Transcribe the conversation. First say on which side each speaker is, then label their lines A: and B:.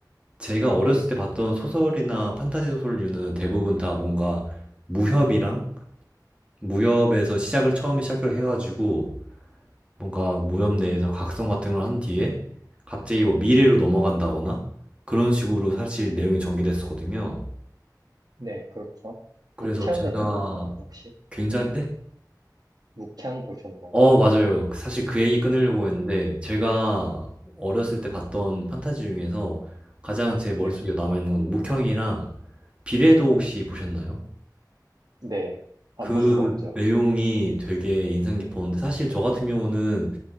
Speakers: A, on the right; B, on the right.
A: 제가 어렸을
B: 네,
A: 때 봤던 소설이나 판타지 소설류는 대부분 다 뭔가 무협이랑 무협에서 시작을 처음에 시작을 해가지고 뭔가 무협 내에서 각성 같은 걸 한 뒤에 갑자기 뭐 미래로 넘어간다거나 그런 식으로 사실 내용이 전개됐었거든요.
B: 네, 그렇죠.
A: 그래서
B: 묵향
A: 제가
B: 같은 거 보셨나요, 혹시?
A: 굉장히 네?
B: 묵향 보셨나요?
A: 어, 맞아요. 그 사실 그 얘기 끊으려고 했는데, 제가 어렸을 때 봤던 판타지 중에서 가장 제 머릿속에
B: 네.
A: 남아있는 건 묵형이랑 비례도 혹시 보셨나요?
B: 네. 안
A: 그
B: 볼 수가 없죠.
A: 내용이 되게 인상 깊었는데, 사실 저 같은 경우는